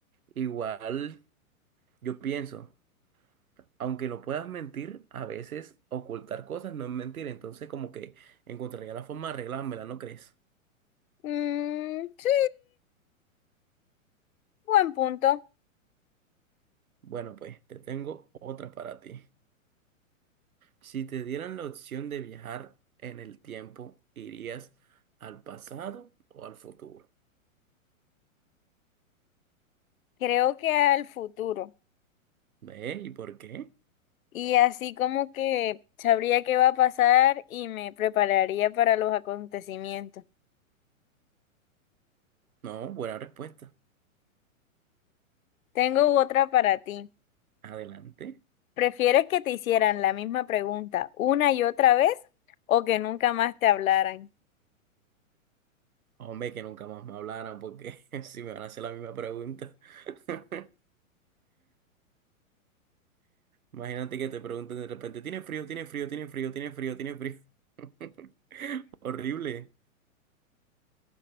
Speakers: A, on the right (about 85°); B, on the left (about 75°).
A: Igual, yo pienso. aunque no puedas mentir, a veces ocultar cosas no es mentir. Entonces, como que encontraría la forma de arreglármela, ¿no crees?
B: Mm, sí, buen punto.
A: Bueno, pues te tengo otra para ti. Si te dieran la opción de viajar en el tiempo, ¿irías al pasado o al futuro?
B: Creo que al futuro.
A: ¿Ve? ¿Y por qué?
B: Y así como que sabría qué va a pasar y me prepararía para los acontecimientos.
A: No, buena respuesta.
B: Tengo otra para ti.
A: Adelante.
B: ¿Prefieres que te hicieran la misma pregunta una y otra vez o que nunca más te hablaran?
A: Hombre, que nunca más me hablaran porque <laughs> si me van a hacer la misma pregunta. <laughs> Imagínate que te pregunten de repente, ¿tiene frío? ¿Tiene frío? ¿Tiene frío? ¿Tiene frío? ¿Tiene frío? <laughs> Horrible.